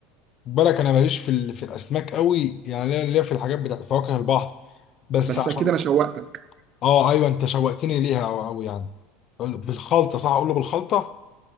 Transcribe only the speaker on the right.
بس
اكيد انا شوقتك